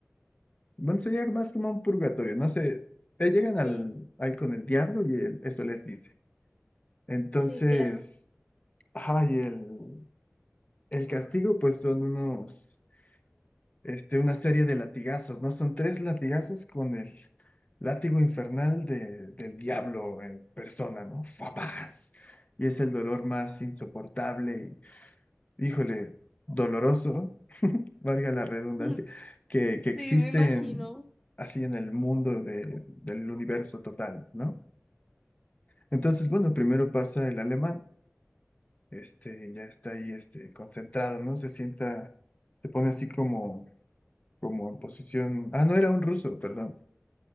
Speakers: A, on the left (about 30°); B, in the centre.
A: Bueno, sería más como un purgatorio, no sé, eh, llegan
B: Ok.
A: al, ahí con el diablo y él- eso les dice. Entonces,
B: Sí, claro.
A: ay, el, el castigo pues son unos... este, una serie de latigazos, ¿no? Son tres latigazos con el látigo infernal de- del diablo en persona, ¿no? ¡Fapaz! Y es el dolor más insoportable y, híjole, doloroso, valga la redundancia,
B: <laughs>
A: que, que existe
B: Sí, me imagino.
A: en- así en el mundo de- del universo total, ¿no? Entonces, bueno, primero pasa el alemán, este, ya está ahí, este, concentrado, ¿no? Se sienta, se pone así como, como en posición, ah, no, era un ruso, perdón